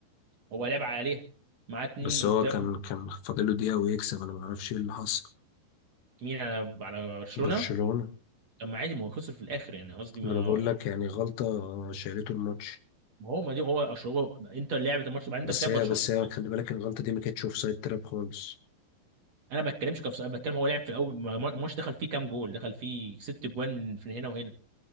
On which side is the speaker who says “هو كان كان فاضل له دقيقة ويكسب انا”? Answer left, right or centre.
Left